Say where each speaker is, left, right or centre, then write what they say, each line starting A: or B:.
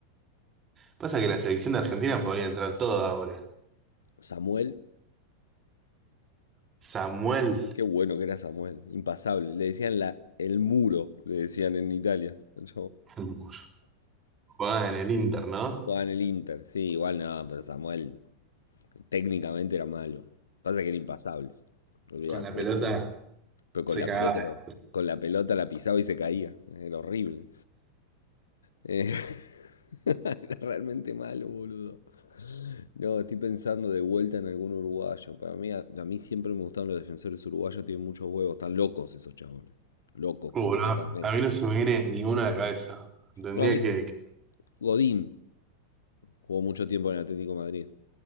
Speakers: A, on the right; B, on the left.
A: Pasa que la selección de Argentina podría entrar todo ahora.
B: Samuel.
A: Samuel
B: Qué bueno que era Samuel. Impasable. Le decían la, el muro, le decían en Italia. al
A: <laughs> jugaba en el Inter, ¿no?
B: Jugaba en el Inter. Sí, igual no, pero Samuel técnicamente era malo. Pasa que era impasable. Olvídate.
A: Con la pelota
B: Pero con
A: se
B: la
A: cagaba.
B: pelota, con la pelota la pisaba y se caía. Era horrible. Eh, <laughs> era realmente malo, boludo. No, estoy pensando de vuelta en algún uruguayo. Para mí, a, a mí siempre me gustaron los defensores uruguayos, tienen muchos huevos, están locos esos chabones. Locos
A: Uh,
B: completamente.
A: boludo, a mí no se me viene ni una a la cabeza. Tendría
B: No, a mí-
A: que... que-
B: Godín jugó mucho tiempo en el Atlético de Madrid.